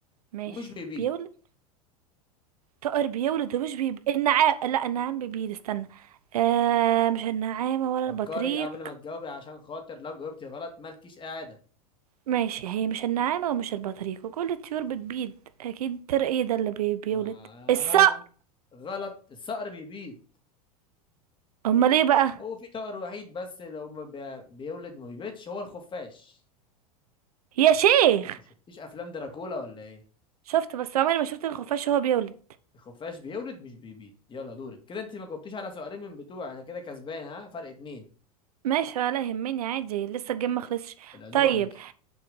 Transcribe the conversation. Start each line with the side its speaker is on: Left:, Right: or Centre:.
Right: ماشي
Left: ومش بيبيض
Right: بيولد طائر بيولد ومش بيب... النعام لا النعام بيبيض استنى آه مش النعامة ولا
Left: فكري
Right: البطريق
Left: قبل ما تجاوبي عشان خاطر لو جاوبتي غلط مالكيش قاعده
Right: ماشي هي مش النعامة ومش البطريق وكل الطيور بتبيض أكيد الطير ايه ده اللي بي... بيولد
Left: ما
Right: الصقر
Left: غلط الصقر بيبيض
Right: أمال ايه بقى
Left: هو في طائر وحيد بس لو ما بي- بيولد ما بيبيضش هو الخفاش
Right: يا
Left: ما
Right: شيخ
Left: شف- ما شفتيش افلام دراكولا ولا ايه
Right: شفت بس عمري ما شفت الخفاش وهو بيولد
Left: الخفاش بيولد مش بيبيض يلا دورك كده انت ما جاوبتيش على سؤالين من بتوع انا كده كسبان ها فرق اتنين
Right: ماشي ولا يهمني عادي لسه الجيم ما خلصش
Left: العزومه
Right: طيب
Left: عليك